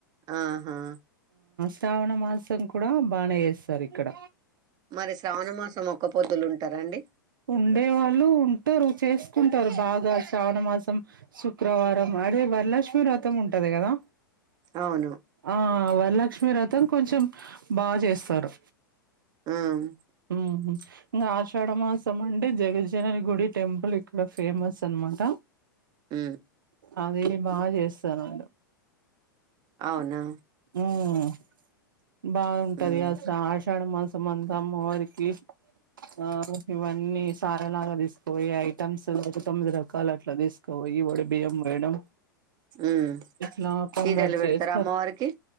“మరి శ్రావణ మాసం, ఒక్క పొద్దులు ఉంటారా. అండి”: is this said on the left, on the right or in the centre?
Right